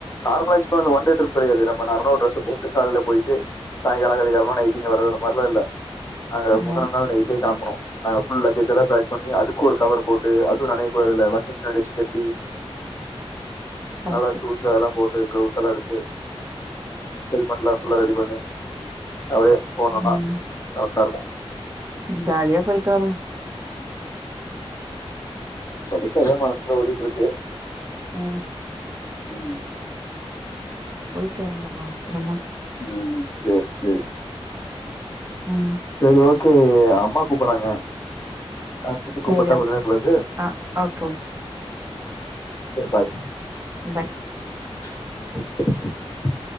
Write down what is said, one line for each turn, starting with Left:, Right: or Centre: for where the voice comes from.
Left: நார்மல ஆ யூஸ் பண்ற ஒன் டே ட்ரிப் கெடையாது நம நார்மல ட்ரஸ் போட்டு காலையில போயிட்டு சாயங்காலம் அதிகாலமா இங்க வர்றது மாதிரிலாம் இல்ல நாங்க
Right: ஆ
Left: முந்துன நாள் நைட்டே கிளம்பனோம் நாங்க புல் லக்கேஜ் எல்லாம் பேக் பண்ணி அதுக்கும் ஒரு கவர் போட்டு அதுவும் நெனைய கூடாதுல பின்னாடி வச்சு கட்டி
Right: கரெக்ட்
Left: நல்லா ஷூஸ் அதெல்லாம் போட்டு கிளவுஸ் எல்லாம் எடுத்து ஹெல்மெடலாம் புல்லா ரெடி பண்ணி அப்டியே போனோம்னா
Right: ம்
Left: நல்ல இருக்கும்
Right: ஜாலியா போயட்டு வாங்க
Left: லைட்டா மனசுல எதோ ஓடிட்டு இருக்கு
Right: ஆஹ
Left: உம்
Right: போயிட்டு வாங்க பத்திரமா
Left: உம் செரி செரி
Right: ம்
Left: செரி ஓகே ஓகே அம்மா கூப்பிடறாங்க நான் திரும்ப கூப்பிட்டா
Right: சேரி
Left: கொஞ்சம்
Right: ஓ
Left: நேரம் கழிச்சு
Right: ஆ ஓகே ஓகே
Left: உஹம் செரி பாய்
Right: பாய்
Left: <inaudible>